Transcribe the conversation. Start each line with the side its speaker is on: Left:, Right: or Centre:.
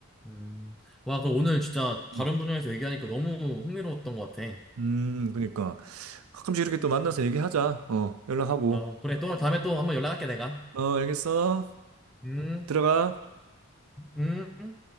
Centre: 음. 와, 그럼 오늘 진짜 다른
Right: 음,
Centre: 분야에서 얘기하니까 너무 흥미로웠던 것 같아.
Right: 음, 그러니까. 가끔씩 이렇게 또 만나서 얘기하자. 어, 연락하고.
Centre: 어, 그래. 또 다음에 또 한번 연락할게, 내가.
Right: 어, 알겠어.
Centre: 음,
Right: 들어가.
Centre: 음.